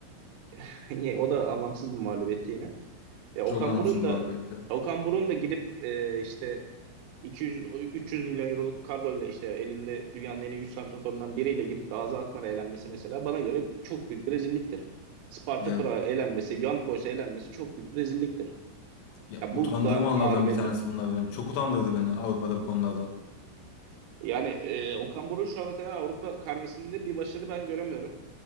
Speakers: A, on the right; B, on the left.
A: <laughs> Niye? O da anlamsız bir mağlubiyetti yine. E, Okan
B: Çok anlamsız
A: Burun
B: bir
A: da
B: mağlubiyetti.
A: Okan Burun da gidip e, işte 200 300 milyon euroluk kadroyla işte elinde dünyanın en iyi 100 santraforundan biriyle gidip de Azat Akman'a elenmesi mesela bana göre çok büyük bir rezilliktir. Sparta
B: Ya
A: Prag'a elenmesi, Young Boys'a elenmesi çok büyük bir rezilliktir.
B: Ya,
A: Ya
B: utandığım
A: bu ga-
B: anlardan
A: mağlubiyetler
B: bir tanesi bunlar benim. Çok utandırdı beni Avrupa'da bu konularda.
A: Yani e, Okan Buruk şu ana kadar Avrupa karnesinde bir başarı ben göremiyorum.